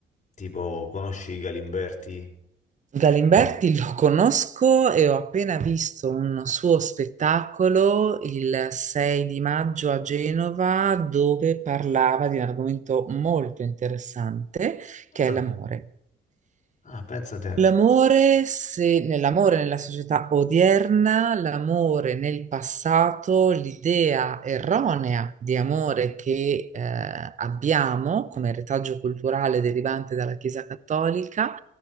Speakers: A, on the left (about 35°); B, on the right (about 40°).
A: tipo conosci Galimberti?
B: Galimberti lo conosco e ho appena visto un suo spettacolo il 6 di maggio a Genova dove parlava di un argomento molto interessante che
A: Ah,
B: è l'amore.
A: ah, pensa te.
B: L'amore, se nell'amore nella società odierna, l'amore nel passato, l'idea erronea di amore che eh, abbiamo come retaggio culturale derivante dalla Chiesa Cattolica